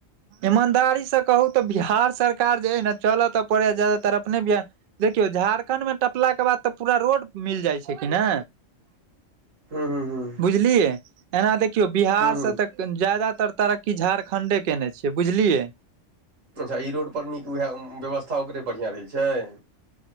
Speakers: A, on the right; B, on the right.
A: ईमानदारी से कहू तऽ बिहार सरकार जे हइ ने चलऽ तऽ पड़े हं जदातर अपने बि देखियौ झारखंडमे टपलाक के बाद तऽ पूरा रोड मिल जाइ छै कि ने
B: हूँ हूँ हूँ
A: बुझलियै एना देखियौ बिहार
B: हूँ
A: से
B: हूँ
A: तऽ जादातर तरक्की झारखंडे केने छियै बुझलियै
B: अच्छा ई रोडपर नीक वएह व्यवस्था ओकरे बढ़िआँ रहै छय